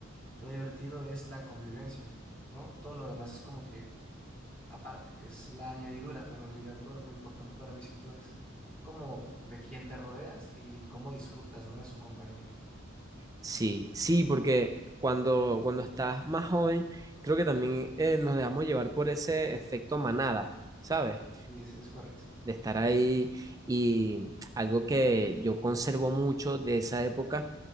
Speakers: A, in the centre; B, on the right.
A: Lo divertido es la convivencia, ¿no? Todo lo demás es como que aparte, es la añadidura, pero en realidad lo, lo importante para mí siento es como de quién te rodeas y cómo disfrutas, ¿no? De su compañía.
B: Sí, sí, porque cuando, cuando estás más joven, creo que también eh, nos dejamos llevar por ese efecto manada, ¿sabes?
A: Y es, es correcto.
B: de estar ahí y algo que yo conservo mucho de esa época,